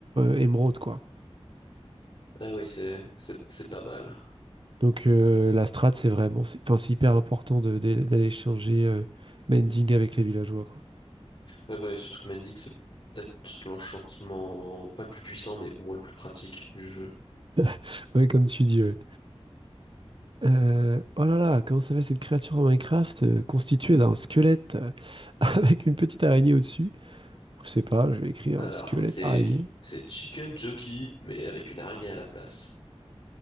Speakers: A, on the right; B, on the left.
A: émeraudes, quoi.
B: Ah oui, c'est, c'est, c'est pas mal.
A: Donc euh, la strat, c'est vraiment, c'est- enfin, c'est hyper important de- de- d'aller échanger euh, mending avec les villageois, quoi.
B: Ouais, bah, et surtout que Mending, c'est peut-être l'enchantement, pas le plus puissant, mais au moins le plus pratique du jeu.
A: <laughs> Ouais, comme tu dis, ouais. Euh, oh là là, comment s'appelle cette créature en Minecraft euh, constituée d'un squelette euh, <laughs> avec une petite araignée au-dessus? Je sais pas, je vais écrire
B: Alors,
A: squelette
B: c'est
A: araignée.
B: c'est Chicken Jockey, mais avec une araignée à la place.